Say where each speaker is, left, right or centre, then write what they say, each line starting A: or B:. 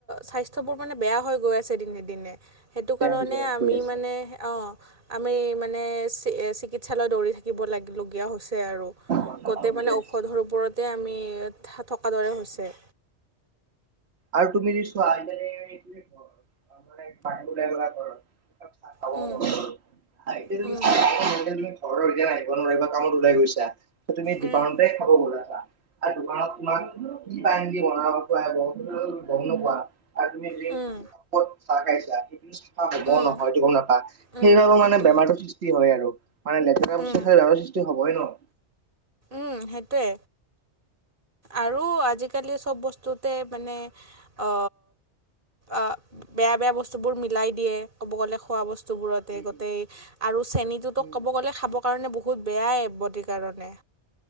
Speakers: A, on the right (about 45°); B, on the right (about 65°).
A: স্বাস্থ্যবোৰ মানে বেয়া হৈ গৈ আছে দিনে দিনে। সেইটো
B: বেয়া
A: কাৰণে
B: হৈ যায়
A: আমি
B: গৈ আছে
A: মানে অ'- আমি মানে চ চিকিৎসালয় দৌৰি থাকিব লাগ-লগীয়া হৈছে আৰু।
B: আৰু
A: গোটেই মানে ঔষধৰ ওপৰতে আমি থকা দৰে হৈছে।
B: আৰু তুমি যদি চোৱা <unintelligible> অ' মানে বাহিৰ ওলাই গলা <unintelligible> চাহ খাব
A: উম
B: মন গল <unintelligible>
A: উম
B: ঘৰৰ এতিয়া আহিব নোৱাৰিলা কামত ওলাই গৈছা। এ‌ তুমি দোকানতে
A: উম
B: খাব গলা চাহ আৰু দোকানত কিমান <inaudible>
A: উম
B: ক'ত চাহ খাইছা সেইটো চাফা হ'ব
A: উম
B: নহয় <unintelligible>
A: উম
B: সেইবাবে মানে
A: উম
B: বেমাৰটো সৃষ্টি হয় আৰু, মানে লেতেৰা
A: উম
B: বস্তু খালে বেমাৰৰ সৃষ্টি হ'বই ন।
A: উম সেইটোৱে। আৰু আজিকালি চব বস্তুতে মানে অ অ' বেয়া বেয়া বস্তুবোৰ মিলাই দিয়ে, ক'ব গ'লে খোৱা বস্তুবোৰতে
B: উম
A: গোটেই।
B: উম
A: আৰু চেনীটোতো
B: উম
A: ক'ব গ'লে খাবৰ কাৰণে বহুত বেয়াই বডিৰ কাৰণে।